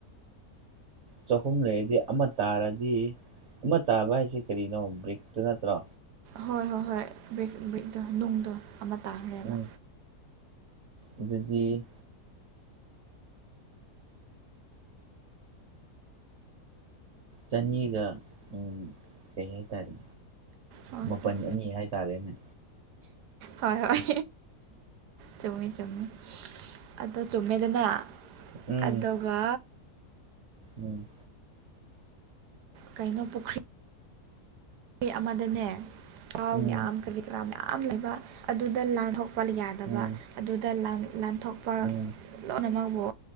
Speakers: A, on the right; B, on the right.
A: ꯆꯍꯨꯝ ꯂꯩꯔꯗꯤ ꯑꯃ ꯇꯥꯔꯗꯤ ꯑꯃ ꯇꯥꯕ ꯍꯥꯏꯁꯦ ꯀꯔꯤꯅꯣ ꯕ꯭ꯔꯤꯛꯇꯨ ꯅꯠꯇ꯭ꯔꯣ
B: ꯍꯣꯏ ꯍꯣꯏ ꯍꯣꯏ ꯕ꯭ꯔꯤꯛ ꯕ꯭ꯔꯤꯛꯇꫭ ꯅꯨꯡꯗꫭ ꯑꯃ ꯇꯥꯈ꯭ꯔꯦꯕ
A: ꯎꯝ ꯑꯗꯨꯗꯤ ꯆꯅꯤꯒ ꯎꯝ ꯀꯩ ꯍꯇꯥꯔꯦ
B: ꯍꯣꯏ
A: ꯃꯥꯄꯜ
B: ꯍꯣꯏ
A: ꯑꯅꯤ ꯍꯥꯏꯇꯥꯔꯦꯅꯦ
B: ꯍꯣꯏ ꯍꯣꯏ ꯆꯨꯝꯃꯤ ꯆꯨꯝꯃꯤ ꯑꯗꯣ ꯆꯨꯝꯃꯦꯗꯅ
A: ꯎꯝ
B: ꯑꯗꯨꯒ
A: ꯎꯝ
B: ꯀꯩꯅꯣ ꯄꯨꯈ꯭ꯔꯤ ꯈꯤ ꯑꯃꯗꯅꯦ ꯊꯥꯎ
A: ꯎꯝ
B: ꯃꯌꯥꯝ ꯀꯔꯤ ꯀꯔꯥ ꯃꯌꯥꯝ ꯂꯩꯕ ꯑꯗꯨꯗ ꯂꯥꯟꯊꯣꯛ ꯄꯜ ꯌꯥꯗꯕ
A: ꯎꯝ
B: ꯑꯗꯨꯗ ꯂꯥꯟ ꯂꯥꯟꯊꯣꯛꯄ
A: ꯎꯝ
B: ꯂꯣꯏꯅꯃꯛꯕꯨ